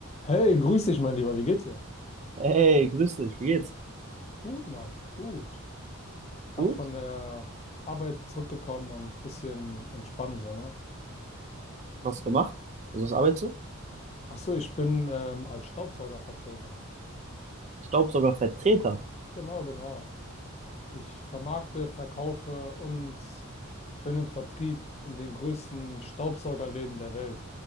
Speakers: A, on the left; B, on the right.
A: Hey, grüß dich, mein Lieber. Wie geht's dir?
B: Hey, grüß dich, wie geht's?
A: Gut, Mann. Gut. Gerade
B: Gut?
A: von der Arbeit zurückgekommen und ein bisschen entspannen, so, ne?
B: Was gemacht? Also was arbeitest du?
A: Ach so, ich bin ähm, als Staubsaugervertreter.
B: Staubsaugervertreter.
A: Genau, genau. Ich vermarkte, verkaufe und bin im Vertrieb in den größten Staubsaugerläden der Welt.